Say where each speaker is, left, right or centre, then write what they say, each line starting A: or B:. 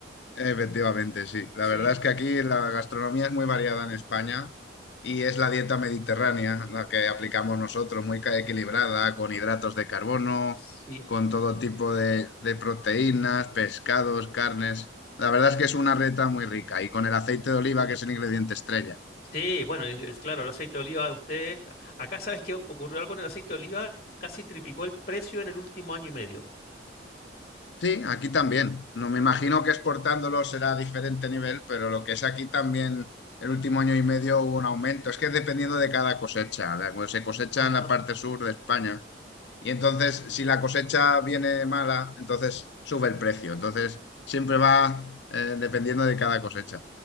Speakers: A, on the left; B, on the left.
A: Efectivamente, sí. La
B: Sí,
A: verdad es que aquí la gastronomía es muy variada en España y es la dieta mediterránea la que aplicamos nosotros, muy ca- equilibrada, con hidratos de carbono,
B: sí.
A: con todo tipo de, de proteínas, pescados, carnes. La verdad es que es una reta muy rica y con el aceite de oliva, que es el ingrediente estrella.
B: Sí, bueno, en- es claro, el aceite de oliva de ustedes. Acá sabes que ocurrió algo con el aceite de oliva, que casi triplicó el precio en el último año y medio.
A: Sí, aquí también. No me imagino que exportándolo será diferente nivel, pero lo que es aquí también, el último año y medio hubo un aumento. Es que dependiendo de cada cosecha, de cuando se cosecha
B: Ajá.
A: en la parte sur de España. Y entonces, si la cosecha viene mala, entonces sube el precio. Entonces, siempre va eh, dependiendo de cada cosecha.